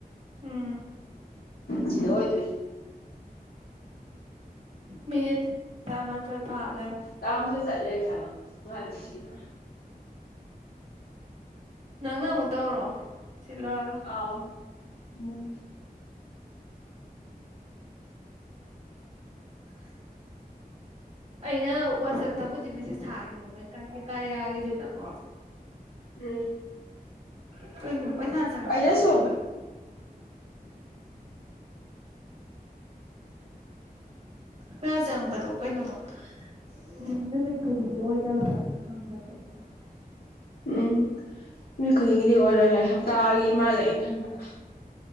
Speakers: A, on the right; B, on the left.
A: ꯎꯝ
B: ꯁꯤꯗ ꯑꯣꯏꯗꯣꯏ <unintelligible>
A: ꯃꯤꯅꯤꯠ ꯇꯔꯃꯥꯊꯣꯏ ꯐꯠ
B: ꯇꯥꯝꯁ ꯆꯠꯂꯦ ꯊꯕꯛ ꯋꯥꯔꯦ ꯁꯤꯗꯧꯔꯦ
A: ꯅꯪꯅ ꯑꯃꯨꯛ ꯇꯧꯔꯛꯑꯣ ꯁꯤ ꯂꯣꯏꯔꯒ
B: ꯑꯥꯎ ꯎꯝ
A: <inaudible> ꯑꯩꯅ ꯋꯥꯆꯦꯞꯇꯕꯨꯗꯤ ꯃꯦꯁꯦꯁ ꯊꯥꯈꯤꯕꯅꯦ ꯃꯣꯏ ꯑꯁꯤ ꯀꯔꯌꯥ ꯒꯤꯗꯨꯗ ꯀꯣ
B: ꯎꯝ
A: ꯎ <unintelligible> ꯀꯩꯅꯣ ꯄꯩꯁꯥ ꯆꯪꯉꯛꯄꯗꯣ
B: ꯑꯩꯅꯁꯨ
A: <inaudible> ꯄꯩꯁꯥ ꯆꯪꯉꯛꯄꯗꯣ ꯀꯩꯅꯣꯃ ꯎꯝ ꯅꯨꯃꯤꯠ ꯈꯨꯗꯤꯡꯒꯤ ꯑꯣꯏꯗꯕ꯭ꯔꯅ ꯍꯪꯕꯅꯦꯕ
B: ꯎꯝ ꯅꯨꯃꯤꯠ ꯈꯨꯗꯤꯡꯒꯤꯗꯤ ꯑꯣꯏꯔꯣꯏ ꯍꯥꯏ ꯍꯞꯇꯥꯒꯤ ꯃꯥꯜꯂꯦ ꯑꯩꯅ ꯈꯟꯕꯗ